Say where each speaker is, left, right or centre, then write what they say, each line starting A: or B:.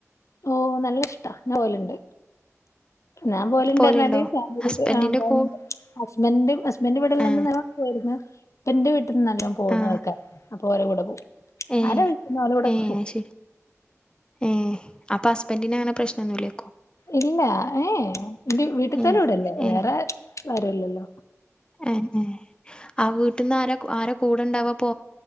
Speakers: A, on the left (about 70°); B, on the left (about 20°).
A: ഓ നല്ല ഇഷ്ടാ ഞാൻ പോവാലുണ്ട് ഞാൻ പോവലിണ്ട്
B: പോലെയുണ്ടോ
A: പറഞ്ഞാൽ ഫാമിലി
B: ഹസ്ബൻഡിൻ്റെ
A: പോല
B: കൂ
A: ഹസ്ബൻഡ് ഹസ്ബൻഡറ് ഇവിടെള്ള
B: ആ
A: ന്ന് പോയിരുന്നു പ്പന്റെ വീട്ട നല്ല പോണധോക്കെ
B: ആ
A: ആൾക്കാര അപ്പൊ ഓലെ കൂടെ പോവും
B: ഏ
A: ആരാ വിളിക്കുന്ന ഓല കൂടെ
B: ഏ
A: ഒക്കെ പോവും
B: ശരി ഏ അപ്പൊ ഹസ്ബൻറിന് അങ്ങനെ പ്രശ്നന്നുമല്ല
A: ഇല്ല ഏ എന്റെ വീട്ടുത്തോലെ
B: ഏ
A: കൂടല്ലേ
B: ഏ
A: വേറെ ആര്ല്ലല്ലോ
B: ഏ ഏ ആ വീട്ടീന്ന് ആരാ ആരാ കൂടെണ്ടാവാ.